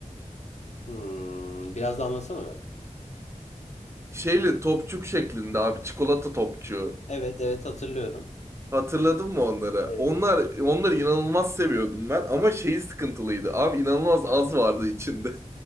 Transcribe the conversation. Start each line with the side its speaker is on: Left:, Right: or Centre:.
Left: Hmm, biraz da anlasana be.
Right: Şeyli topçuk şeklinde abi çikolata topçuğu.
Left: Evet evet hatırlıyorum.
Right: Hatırladın mı onları?
Left: Evet.
Right: Onlar onları inanılmaz seviyordum ben ama şeyi sıkıntılıydı. Abi inanılmaz az vardı içinde.